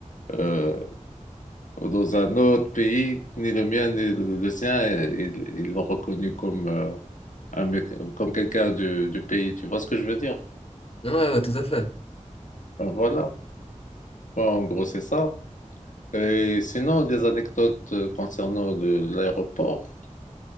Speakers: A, on the left (about 80°); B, on the left (about 50°).
A: euh, dans un autre pays, ni le mien ni le, le sien, et- ils ils l'ont reconnu comme, euh, un mec, comme quelqu'un du, du pays. Tu vois ce que je veux dire?
B: Ouais, ouais, tout à fait.
A: Ben voilà. Ben, en gros, c'est ça. Et sinon, des anecdotes euh, concernant le- l'aéroport.